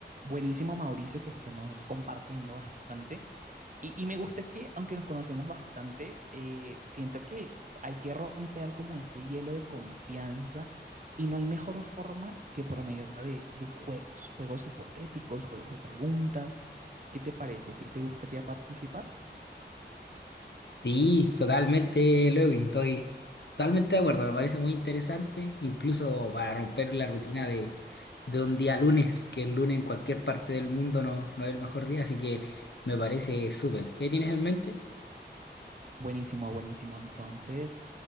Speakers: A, on the right; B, on the left.
A: Buenísimo, Mauricio, que estemos compartiendo bastante. Y, y me gusta que, aunque nos conocemos bastante, eh, siento que hay que romper como ese hielo de confianza y no hay mejor forma que por medio de, de juegos, juegos hipotéticos, juegos de preguntas. ¿Qué te parece? ¿Si te gustaría participar?
B: Sí, totalmente, Lewin, estoy totalmente de acuerdo, me parece muy interesante, incluso para romper la rutina de, de un día lunes, que el lunes en cualquier parte del mundo no, no es el mejor día, así que me parece súper. ¿Qué tienes en mente?
A: Buenísimo, buenísimo. Entonces,